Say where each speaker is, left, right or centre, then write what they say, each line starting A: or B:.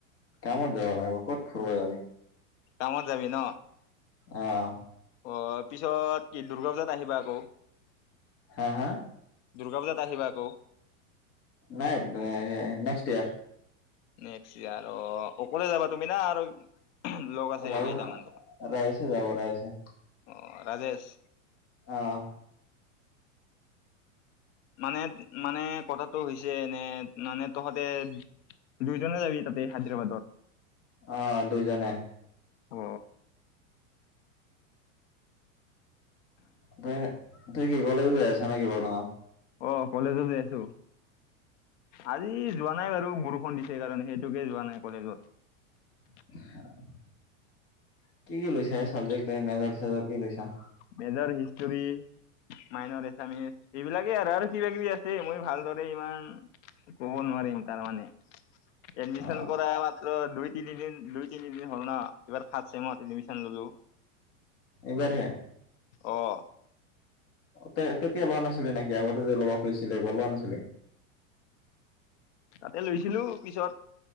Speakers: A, on the left (about 35°); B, on the left (about 60°).
A: কামত যাবা লাগিব ক'ত ফুুৰব যাবি
B: কামত যাবি ন
A: আহ
B: অ পিছত দুৰ্গা পূজাত আহিবা আকৌ
A: হা হা
B: দুৰ্গা পূজাটা আহিব কৌ
A: নাই নেক্সট ইয়াৰ
B: নেক্স ইয়াৰ অকলে যাবা তুমি না আৰু লগ আছে
A: ৰাই
B: কেইটামান
A: ৰাইছে যাব ৰাইছে
B: অ ৰাজেশ
A: আহ
B: মানে মানে কথাটো হৈছে এনে মানে তহঁতে দুইজনে যাবি তাতে হায়দৰাবাদত
A: আহ দুইজনে
B: অ
A: ত তুই কি কলেজো গাই আছ নে কি বৰ্তমান
B: অ কলেজতে আছো আজি যোৱা নাই বাৰু বৰষুণ দিছে কাৰণে সেইটোকে যোৱা নাই কলেজত
A: <unintelligible>
B: মেজৰ হিষ্টৰী মাইনৰ এছামিচ এইবিলাকে আৰু আৰু কিবা কিবি আছে। মই ভালদৰে ইমান কব নোৱাৰিম তাৰ মানে এডমিশন
A: অ
B: কৰা মাত্ৰ দুই তিনিদিন দুই তিনিদিন হ'ল ন এইবাৰ ফাৰ্ষ্ট চেমত এডমিশন ললো
A: এইবাৰহে
B: আহ
A: তে তেতিয়া লোৱা নাছিলে নেকি আগতে ল'ব খুজিছিলে বা লোৱা নাছিলে
B: তাতে লৈছিলো পিছত